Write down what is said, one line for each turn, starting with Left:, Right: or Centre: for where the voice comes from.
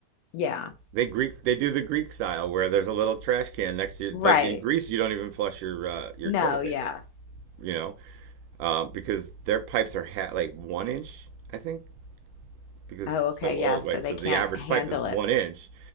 Left: Yeah.
Right: They Greek they do the Greek style where there's a little trash can next to you.
Left: Right.
Right: Like in Greece, you don't even flush your uh, your
Left: No,
Right: toilet
Left: yeah.
Right: paper, you know, uh, because their pipes are ha- like one inch, I think, because
Left: Oh,
Right: it's
Left: okay,
Right: so old,
Left: yeah. So
Right: right?
Left: they
Right: So the
Left: can't
Right: average
Left: handle
Right: pipe is one
Left: it.
Right: inch,